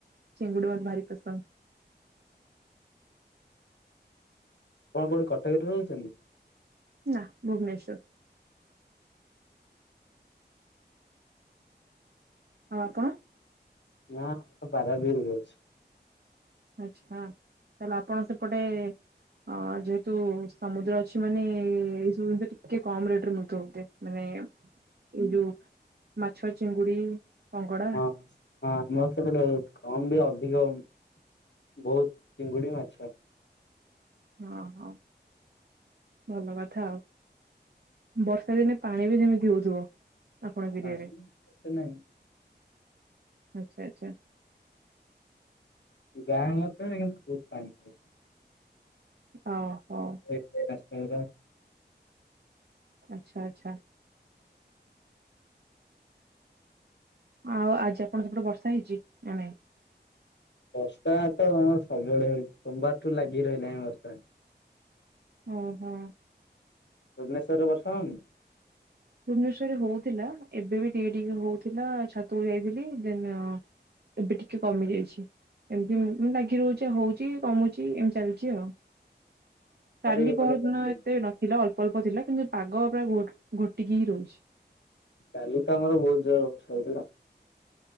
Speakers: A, on the right; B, on the left.
A: ଚିଙ୍ଗୁଡି ମତେ ଭାରି ପସନ୍ଦ।
B: କଣ କୋଉଠି କଟକରେ ରହୁଚନ୍ତି।
A: ନା ଭୁବନେଶ୍ୱର। ଆଉ ଆପଣ।
B: ନା ମୁଁ ପା ପାରାଦିପିରେ ଅଛି।
A: ଆଚ୍ଛା ତାହେଲେ ଆପଣ ସେପଟେ ଅଁ ଯେହେତୁ ସମୁଦ୍ର ଅଛି ମାନେ ଏଇସବୁ ଜିନିଷ ଟିକେ କମ ରେଟ ରେ ମିଳୁଥିବ ବୋଧେ। ମାନେ ଏଇ ଯୋଉ ମାଛ ଚିଙ୍ଗୁଡି କଙ୍ଗଡ଼ା।
B: ହଁ ଆମର ସେ <unintelligible> କମ ବି ଅଧିକ ହଉ ବୁଥ୍ ଚିଙ୍ଗୁଡି ମାଛ।
A: ହଁ ହଁ। ଭଲ କଥା ଆଉ ବର୍ଷା ଦିନେ ପାଣି ବି ସେମିତି ହଉଥିବ। ଆପଣଙ୍କ
B: ପାଣି
A: ଏରିଆରେ
B: ଏତେ ନାହିଁ
A: ଆଛା ଆଛା।
B: ଗାଁ ମଧ୍ୟରେ କିନ୍ତୁ ବହୁତ ପାଣି ହୁଏ
A: ଓହୋ
B: <unintelligible> ଏଇରା
A: ଆଚ୍ଛା ଆଚ୍ଛା। ଆଉ ଆଜି ଆପଣ ସେପଟେ ବର୍ଷା ହେଇଚି ନା ନାଇଁ।
B: ବର୍ଷା ତ ଆମ ସବୁବେଳେ ହଉଛି ସୋମବାରଠୁ ଲାଗି ରହିଲାଣି ବର୍ଷା।
A: ଅ ହ।
B: ଭୁବନେଶ୍ୱରରେ ବର୍ଷା ହଉନି।
A: ଭୁବନେଶ୍ବରରେ ହଉଥିଲା ଏବେ ବି ଟିକେ ଟିକେ ହଉଥିଲା ଛାତକୁ ଯାଇଥିଲି ଦେନ୍। ଏବେ ଟିକିଏ କମି ଯାଇଛି। ଏମତି ଉଁ ଲାଗି ରହୁଚି ଆଉ ହଉଚି କମୁଚି ଏମ୍ ଚାଲିଚି ଆଉ।
B: <unintelligible>
A: କାଲି ପହରଦିନ
B: ସେମିତି ହେଇଛି।
A: ଏତେ ନଥିଲା ଅଳ୍ପ ଅଳ୍ପ ଥିଲା କିନ୍ତୁ ପାଗ ପୁରା ଘୋ ଘୋଟିକି ହିଁ ରହୁଚି।
B: କାଲି ତ ଆମର ବୋହୁତ ଜୋର ବର୍ଷା ହଉଥୁଲା।